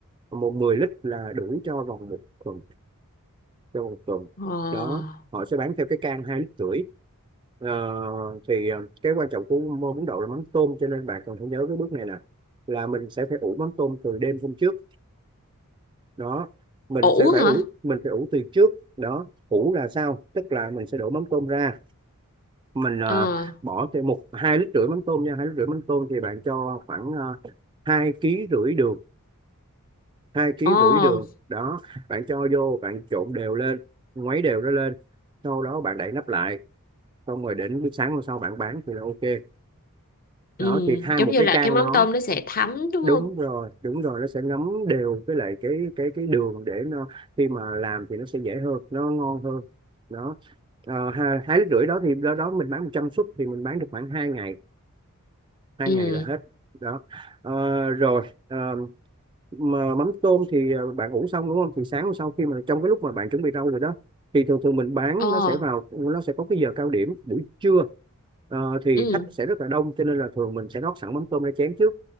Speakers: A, on the right; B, on the left.
A: một 10 lít là đủ cho vòng một tuần trong một tuần
B: Ờ.
A: đó họ sẽ bán theo cái can hai lít rưỡi Ờ, thì ờ, cái quan trọng của món bún đậu là mắm tôm cho nên bạn cần phải nhớ cái bước này nè là mình sẽ phải ủ mắm tôm từ đêm hôm trước đó mình
B: Ủ
A: sẽ phải
B: hả?
A: ủ mình phải ủ từ trước đó ủ là sao tức là mình sẽ đổ mắm tôm ra mình ờ,
B: Ờ.
A: bỏ thêm một hai lít rưỡi mắm tôm nha hai lít rưỡi mắm tôm thì bạn cho khoảng uh, hai ký rưỡi đường hai ký
B: Ờ.
A: rưỡi đường đó bạn cho vô bạn trộn đều lên ngoáy đều nó lên sau đó bạn đậy nắp lại xong rồi đến buổi sáng hôm sau bạn bán thì là ok đó
B: Ừ.
A: thì hai
B: Giống
A: một
B: như
A: cái
B: là
A: can
B: cái mắm
A: đó
B: tôm nó sẽ thấm đúng
A: đúng
B: không?
A: rồi đúng rồi nó sẽ ngấm đều với lại cái cái cái đường để nó khi mà làm thì nó sẽ dễ hơn nó ngon hơn đó Ờ, hai, hai lít rưỡi đó thì đó, đó mình bán 100 suất thì mình bán được khoảng hai ngày hai
B: Ừ.
A: ngày là hết đó Ờ, rồi ờ, mà mắm tôm thì ờ, bạn ủ xong đúng không thì sáng hôm sau khi mà trong cái lúc mà bạn chuẩn bị rau rồi đó thì thường thường mình bán
B: Ờ.
A: nó sẽ vào nó sẽ có cái giờ cao điểm buổi trưa Ờ, thì
B: Ừ.
A: khách sẽ rất là đông cho nên là thường mình sẽ rót sẵn mắm tôm ra chén trước